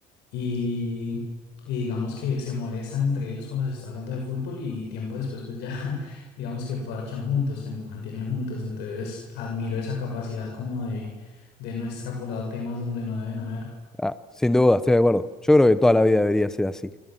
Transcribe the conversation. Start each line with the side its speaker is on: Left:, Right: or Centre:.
Left: y, y digamos que se molestan entre ellos cuando se está hablando de fútbol y tiempo después pues ya <laughs> digamos que parchan juntos, se mantienen juntos, entonces admiro esa capacidad como de, de no extrapolar temas donde no deben haber.
Centre: Ah, sin duda, estoy de acuerdo. Yo creo que toda la vida debería ser así.